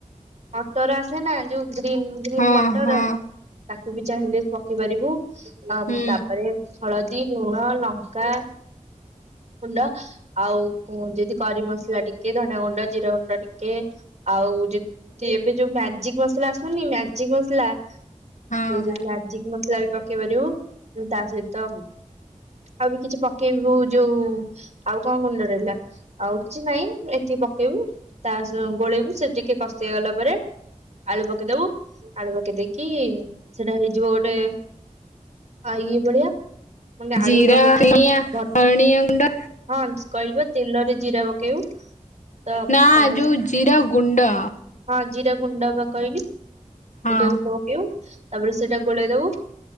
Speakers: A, on the right (about 55°); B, on the left (about 65°).
A: ଅଟର ଆସେ ନା ଯୋଉ ଗ୍ରୀନ୍ ଗ୍ରୀନ୍
B: ହଁ
A: ମଟର
B: ହଁ
A: ତାକୁ ବି ଚାହିଁଲେ ପକେଇ ପାରିବୁ। ଆ
B: ହୁଁ
A: ତାପରେ ହଳଦୀ ଲୁଣ ଲଙ୍କା ଗୁଣ୍ଡ ଆଉ ଯଦି କରି ମସଲା ଟିକେ ଧନିଆ ଗୁଣ୍ଡ ଜିରା ଗୁଣ୍ଡ ଟିକେ ଆଉ ଏବେ ଯୋଉ ମ୍ୟାଜିକ ମସଲା ଆସୁନନି ମ୍ୟାଜିକ ମସଲା
B: ହଁ
A: ସେଇ ଯୋଉ ମଜିକ ମସଲା ବି ପକେଇ ପାରିବ ତା ସହିତ ଆଉ ବି କିଛି ପକେଇବୁ ଯୋଉ ଆଉ କଣ ଗୁଣ୍ଡ ରହିଲା ଆଉ କିଛି ନାଇଁ ଏତିକି ପକେଇବୁ ତା ଗୋଳେଇବୁ ସେ ଟିକେ କଷ ହେ ଗଲା ପରେ ଆଳୁ ପକେଇଦବୁ ଆଳୁ ପକେଇ ଦେଇକି ସେଟା ହେଇଯିବ ଗୋଟେ ଆ ଇଏ ଭଳିଆ ମାନେ
B: ଜିରା
A: ଆଳୁର ର ଗୋଟେ
B: ଧନିଆ
A: ଭର୍ତ୍
B: ଧନିଆ ଗୁଣ୍ଡ
A: ହଁ କହିଲ ତେଲରେ ଜିରା ପକେଇବୁ ତ
B: ନା
A: ତା
B: ଯେଉ ଜିରା ଗୁଣ୍ଡ
A: ହଁ ଜିରା ଗୁଣ୍ଡ ବା କହିଲି
B: ହଁ
A: ଜିରା ଗୁଣ୍ଡ ପକେଇବ ତାପରେ ସେଇଟା ଗୋଳେଇ ଦବୁ